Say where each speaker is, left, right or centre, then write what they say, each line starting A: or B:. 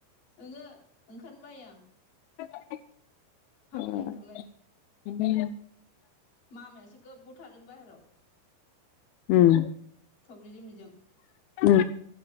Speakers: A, on the left; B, on the left.
A: ओंङो ओंखारनो बायो आं।
B: <inaudible>
A: हाबलाय ओंखारलाय मामायासो गोबाव थादों बाहेराव।
B: उम।
A: थब्लिजों बिजों।
B: उम